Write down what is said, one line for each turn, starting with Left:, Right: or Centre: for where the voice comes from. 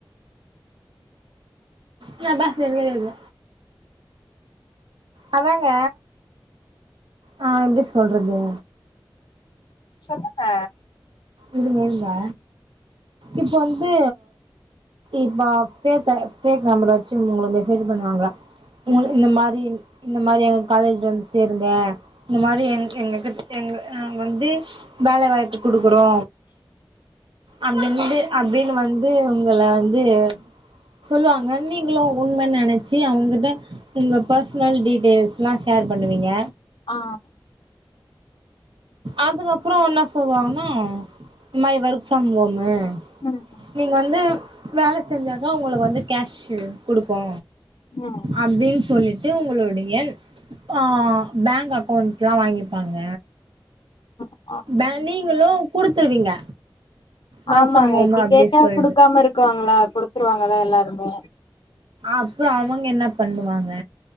Right: சே பே என்க்கே தெரில அதாங்க ஆ எப்டி சொல்றது
Left: சொல்லுங்க
Right: இருங்க இருங்க இப்ப வந்து இப்போ ஃபேக் டைப் ஃபேக் நம்பர் வெச்சு உங்களுக் மெசேஜ்ஜு பண்ணுவாங்க உங்கள
Left: ம்
Right: இந்த மாரி இன் இந்த மாதிரி எங் காலேஜ்ல வந்து சேருங்க இந்த மாரி எங் எங்க கிட் எங்க நாங் வந்து வேலை வாய்ப்பு குடுக்குறோ அப்டின்ட்டு அப்டின் வந் து உங்கள வந்து சொல்லுவாங்க நீங்களு உண்மன் நெனச்சி அவுங்கிட்ட உங்க பர்ஸ்னல் டீடெய்ல்ஸ்ல்லா ஷேர் பண்ணுவீங்க
Left: ஆ
Right: அதுக்கப்பறோ என்ன சொல்வாங்ன்னா இந் மாரி ஒர்க் ஃப்ரம் ஓமு
Left: ம்
Right: நீங் வந்து வேல செஞ்சா தா உங்களுக் வந்து கேஷ்ஷு குடுப்போ
Left: ம்
Right: அப்டின் சொல்லிட்டு உங்களுடைய ஆ பேங் அக்கௌண்ட்ல்லா வாங்கிப்பாங்க
Left: ஆ
Right: பே நீங்களு குடுத்துருவீங்க ஒர்க்
Left: ஆமாங்க
Right: ஃப்ரம் ஹோமு
Left: இப்டி
Right: அப்டி
Left: கேட்டா
Right: சொல்ட்டு
Left: குடுக்காம இருக்காங்ளா குடுத்துருவாங்கதா எல்லாருமே
Right: அப்றோ அவங் என்ன பண்ணுவாங்க